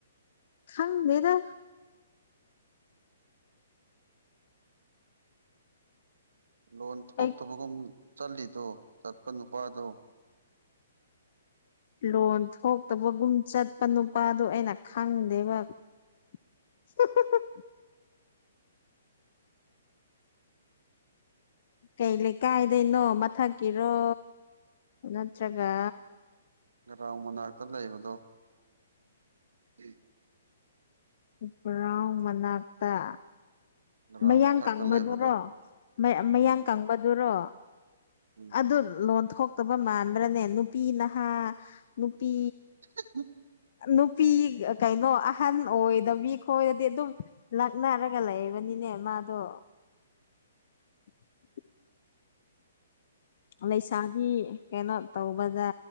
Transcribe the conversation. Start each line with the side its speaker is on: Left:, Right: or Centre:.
Left: ꯈꯪꯗꯦꯗ
Right: ꯂꯣꯟ ꯊꯣꯛꯇꯕꯒꯨꯝ
Left: ꯑꯩ
Right: ꯆꯠꯂꯤꯗꯣ ꯆꯠꯄ ꯅꯨꯄꯥꯗꯣ
Left: ꯂꯣꯟ ꯊꯣꯛꯇꯕꯒꯨꯝ ꯆꯠꯄ ꯅꯨꯄꯥꯗꯣ ꯑꯩꯅ ꯈꯪꯗꯦꯕ <unintelligible> ꯀꯩ ꯂꯩꯀꯥꯏꯗꯩꯅꯣ ꯃꯊꯛꯀꯤꯔꯣ ꯅꯠꯇ꯭ꯔꯒ
Right: ꯅꯔꯥꯎ ꯃꯅꯥꯛꯇ ꯂꯩꯕꯗꯣ <unintelligible>
Left: ꯎꯕ꯭ꯔꯥꯎ ꯃꯅꯥꯛꯇ
Right: ꯒ꯭ꯔꯥꯎꯟ
Left: ꯃꯌꯥꯡ
Right: ꯃꯊꯛꯇ
Left: ꯀꯪꯕꯗꯨꯔꯣ
Right: ꯂꯩꯕꯗꯣ
Left: ꯃ ꯃꯌꯥꯡ
Right: ꯎꯝ
Left: ꯀꯪ ꯄꯗꯨꯔꯣ
Right: ꯎꯝ
Left: ꯑꯗꯨ ꯂꯣꯟꯊꯣꯛ ꯇꯕ ꯃꯥꯟꯕ꯭ꯔꯥꯅꯦ ꯅꯨꯄꯤ ꯅꯍꯥ ꯅꯨꯄꯤ
Right: <unintelligible>
Left: ꯑ ꯅꯨꯄꯤ ꯀꯩꯅꯣ ꯑꯍꯟ ꯑꯣꯏꯗꯕꯤ ꯈꯣꯏꯔꯗꯤ ꯑꯗꯨꯝ ꯂꯛꯅꯔꯒ ꯂꯩꯕꯅꯤꯅꯦ ꯃꯥꯗꯣ <inaudible> ꯂꯩꯁꯥꯕꯤ ꯀꯩꯅꯣ ꯇꯧꯕꯗ